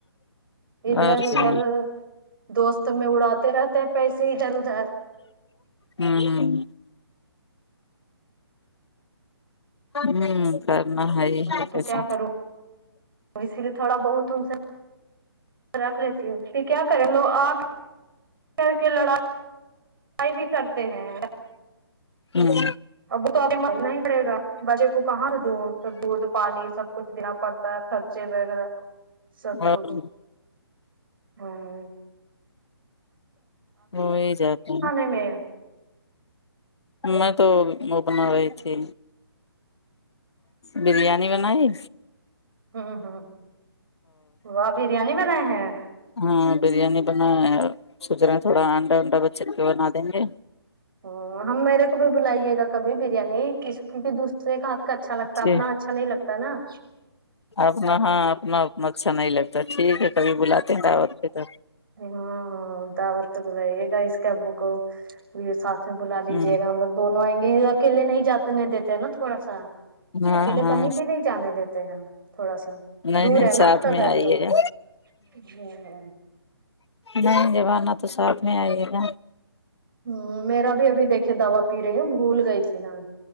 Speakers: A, on the right (about 55°); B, on the left (about 80°).
A: ادھر
B: اور
A: ادھر
B: کیا
A: دوست میں اڑاتے رہتے ہیں پیسے ادھر ادھر
B: ہمم ہمم ہمم کرنا ہے
A: ہمم
B: ہے
A: تو
B: کیسے
A: کیا کروں اسی لیے تھوڑا بہت ان سے رکھ لیتی ہوں پھر کیا کریں لوگ اکے کر کے لڑا ئی بھی کرتے ہیں
B: ہمم
A: اب وہ تو ابھی کرنا ہی پڑے گا بچے کو کہاں سے دوں دودھ پانی سب کچھ دینا پڑتا ہے خرچے وغیرہ سب
B: اور
A: کچھ ہمم
B: وہی جاتے ہیں
A: کے میں ہے
B: میں تو وہ مپنے گیی تھی بریانی بنائی
A: ہمم ہمم واہ بریانی بنائے ہیں
B: ہمم بریانی بنایا ہے سوچ رہے ہیں تھوڑا انڈا ونڈا بچے کے لیے بنا دیں گے
A: ہمم ہم میرے کو بھی بلائیے گا کبھی بریانی کسی دوسرے کا ہاتھ کا اچھا لگتا ہے
B: جی
A: اپنا اچھا نہیں لگتا ہے نا
B: اپنا ہاں اپنا اچھا نہیں لگتا ٹھیک ہے کبھی بلاتے ہیں دعوت پے تو
A: ہاں ہاں داعوات پے تو بلایے گا اس کے ابو کو ساتھ میں بلا
B: ہمم
A: لیجیے گا ہم لوگ دونوں ائیں گے اکیلے نہیں جاتے دیتے ہیں نا تھوڑا سا
B: ہاں
A: اکیلے
B: ہاں
A: کہیں بھی نہیں جانے دیتے ہیں تھوڑا سا
B: نہیں
A: دور
B: نہیں
A: ہے نا
B: ساتھ
A: آپ کا
B: میں
A: گھر
B: ائیے
A: تو
B: گا
A: ہ
B: نہیں جب آنا تو ساتھ میں ائیے گا
A: ہ میرا بھی ابھی دیکھیے دوا پی رہی ہے بھول گئی تھی پلان